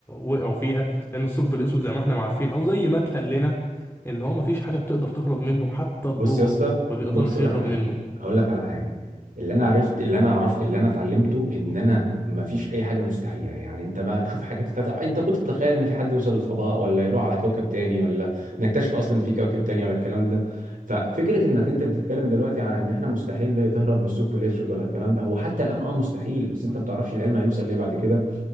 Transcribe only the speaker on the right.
بص يا اسطى
بص اقول
لك على حاجه
اقول لك على حاجه اللي انا عرفت اللي انا اعرف اللي انا اتعلمته ان انا ما فيش اي حاجه مستحيله يعني انت ما شوف حاجات تتع... انت كنت تتخيل ان في حد يوصل للفضاء ولا يروح على كوكب تاني ولا نكتشف اصلا ان في كوكب تاني ولا الكلام ده ففكره انك انت بتتكلم دلوقتي عن ان احنا مستحيل تهرب من الثقب الاسود ولا الكلام ده هو حتى الان اه مستحيل بس انت ما بتعرفش العلم هيوصل ليه بعد كده